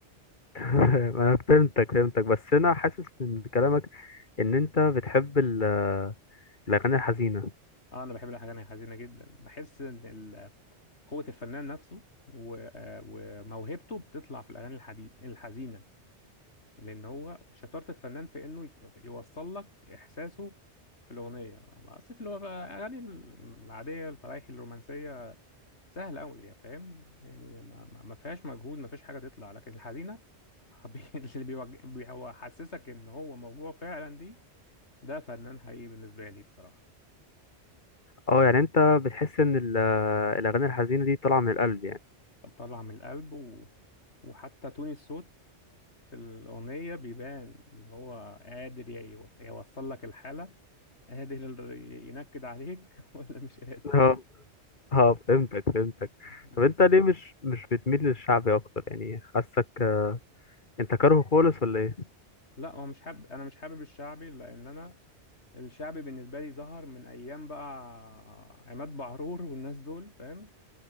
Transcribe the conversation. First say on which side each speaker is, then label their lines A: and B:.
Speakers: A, on the left (about 45°); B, on the left (about 75°).
A: <laughs> أنا فهمتك فهمتك بس أنا حاسس من كلامك إن أنت بتحب ال- الأغاني الحزينة
B: اه انا بحب الاغاني الحزينه جدا بحس ان ال- قوه الفنان نفسه و- آه، وموهبته بتطلع في الاغاني الحدي- الحزينه لان هو شطاره الفنان في انه يف- يوصل لك احساسه في الاغنيه اصل في الأغ- الاغاني العاديه الفرايحي الرومانسيه سهل قوي يعني فاهم يعني ما ما ما فيهاش مجهود ما فيش حاجه تطلع لكن الحزينه <laughs> بي- اللي بيوج- بي- هو حسسك ان هو موجوع فعلا دي ده فنان حقيقي بالنسبه لي بصراحه
A: أه يعني أنت بتحس إن ال- الأغاني الحزينة دي طالعة من القلب يعني
B: بطلع من القلب و... وحتى تون الصوت في الأغنية بيبان إن هو قادر ي- يوصل لك الحالة قادر ي- ينكد عليك <laughs> ولا مش قادر
A: أه أه فهمتك فهمتك
B: بز...
A: طب أنت ليه مش مش بتميل للشعبي أكتر يعني حاسك أنت كاره خالص ولا إيه؟
B: لا هو مش حابب أنا مش حابب الشعبي لأن أنا الشعبي بالنسبة لي ظهر من أيام بقى عماد بعرور والناس دول فاهم